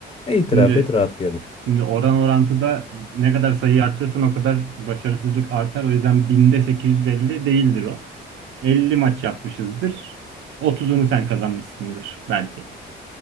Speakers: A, on the left (about 30°); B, on the right (about 75°).
A: E, İtiraf
B: Şimdi
A: et rahatlayalım.
B: şimdi oran orantıda ne kadar sayıyı arttırırsan o kadar başarısızlık artar. O yüzden binde 850 değildir o. 50 maç yapmışızdır. 30'unu sen kazanmışsındır belki.